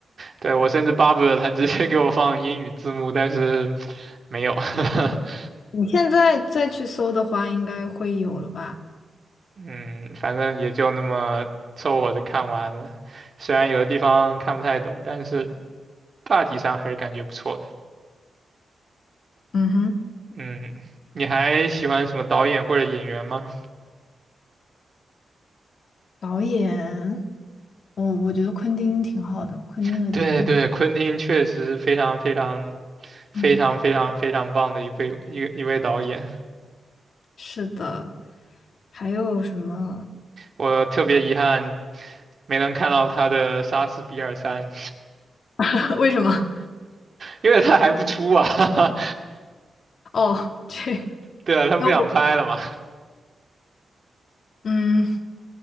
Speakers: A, on the right; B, on the left.
A: 对，我甚至巴不得他直接给我放英语字幕，但是没有。<laughs>
B: 你现在再去搜的话，应该会有了吧？
A: 嗯，反正也就那么凑合的看完了，虽然有的地方看不太懂，但是大体上还是感觉不错的。
B: 嗯哼，
A: 嗯，你还喜欢什么导演或者演员吗？
B: 导演，我我觉得昆汀挺好的，昆汀的电影。
A: <laughs> 对对，昆汀确实是非常非常非常非常非常棒的一位一个一位导演，
B: 嗯，是的。还有什么？
A: 我特别遗憾没能看到他的《杀死比尔三》，
B: <laughs> 为什么？
A: 因为他还不出啊。<laughs>
B: 哦，这，因
A: 对啊，他不想拍了嘛。
B: 为我嗯，